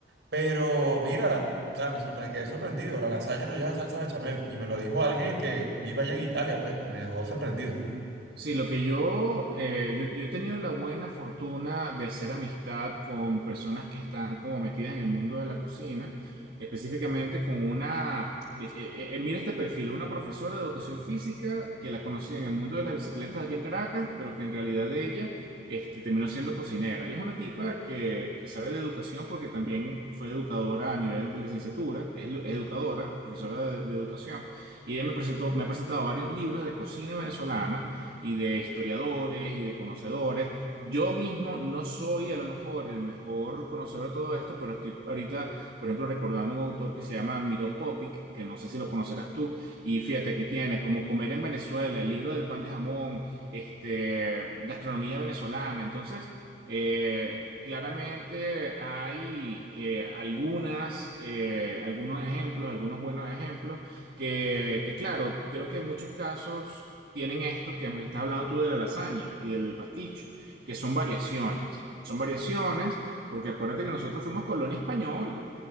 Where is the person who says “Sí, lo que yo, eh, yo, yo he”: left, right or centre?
Right